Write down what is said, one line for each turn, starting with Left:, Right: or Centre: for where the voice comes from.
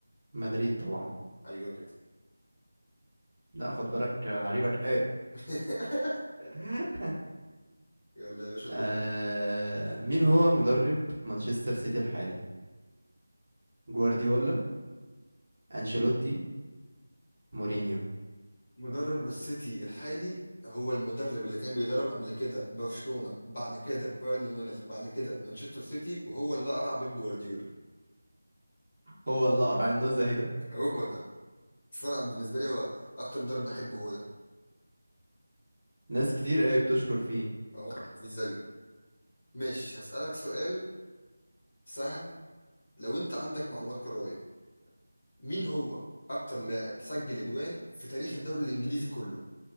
Right: مدريد طبعا
Left: ايوه كده
Right: لا خد بالك آه، عجيبك ايه
Left: <laughs>
Right: <laughs>
Left: يلا يا باشا دورك
Right: آه مين هو مدرب مانشستر سيتي الحالي جوارديولا انشيلوتي مورينيو
Left: مدرب السيتي الحالي هو المدرب اللي كان بيدرب قبل كده برشلونة بعد كده بايرن ميونخ بعد كده مانشستر سيتي وهو اللي قرع بيب جوارديولا
Right: هو اللي قرع النزهة ده
Left: <laughs> هو ده فبالنسبة لي هو أكتر مدرب بحبه هو ده
Right: ناس كتير قوي بتشكر فيه
Left: اه مفيش زيه ماشي هسألك سؤال سهل لو أنت عندك معلومات كروية مين هو أكتر لاعب سجل أجوان في تاريخ الدوري الإنجليزي كله